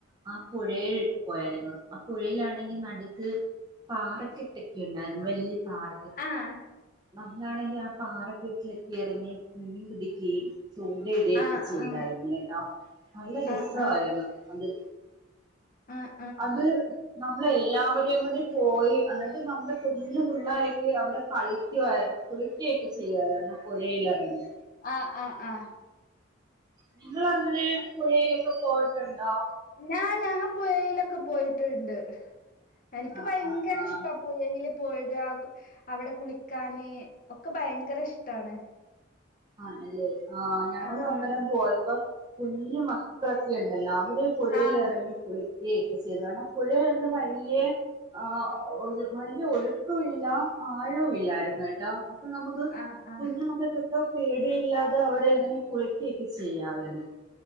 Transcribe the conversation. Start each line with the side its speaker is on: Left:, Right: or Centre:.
Right: ആഹ് പുഴെ പോയാര്ന്നു ആഹ് പുഴയിലാണെങ്കി നട്ക്ക് പാറക്കെട്ടക്കെണ്ടാരുന്നു വല്യ പാറ
Left: ആഹ്
Right: നമ്മാണെങ്കി ആഹ് പാറക്കെട്ടിലൊക്കെയറങ്ങി മീൻ പിടിക്കയും ചൂണ്ടയിടുകയൊക്കെ
Left: ആഹ്
Right: ചെയ്താരുന്നുട്ടോ
Left: ആഹ്
Right: നല്ല രസവാരുന്നു
Left: ആഹ് ആഹ് ആഹ്
Right: അത്
Left: ആഹ് ആഹ്
Right: അത് നമ്മളെല്ലാവരെയും കൂടി പോയി അന്ന് നമ്മുടെ കുഞ്ഞു പുള്ളാരൊക്കെ അവ്ടെ കളിക്കവാ കുളിക്കയൊക്കെ ചെയ്യുവാരുന്നു. പുഴയിലെറങ്ങി.
Left: ആഹ് ആഹ് ആഹ്
Right: നിങ്ങളങ്ങനെ പുഴയിലൊക്കെ പോയ്‌ട്ടൊണ്ടോ?
Left: ഞാൻ ഞങ്ങ പുഴയിലൊക്കെ പോയിട്ട്ണ്ട് എനിക്ക്
Right: ആഹ്
Left: ഭയങ്കര
Right: ആഹ് ആഹ്
Left: ഇഷ് ട്ടാ പുഴയില് പോഴ്ഗ ക് അവ്ടെ കുളിക്കാന് ഒക്കെ ഭയങ്കര ഇഷ്ട്ടാണ്.
Right: ആണ്ലേ ആഹ് ഞങ്ങള്
Left: ആഹ്
Right: അന്നേരം പോയപ്പോ കുഞ്ഞു മക്കളൊക്കെണ്ടല്ലോ അവര് പുഴയിലെ
Left: ആഹ്
Right: റങ്ങി കുളിക്കേം ഒക്കെ ചെയ്തു കാരണം പുഴയില് അന്ന് വല്യ ആഹ് ഒഴ് നല്ല ഒഴ്ക്കും ഇല്ല ആഴവും ഇല്ലാരുന്നുട്ടോ അപ്പൊ നമ്മക്ക്
Left: ആഹ് ആഹ്
Right: കുഞ്ഞുമക്കൊക്കെ പേടിയില്ലാതെ അവ്ടെറങ്ങി കുളിക്കയൊക്കെ ചെയ്യാവാരുന്നു.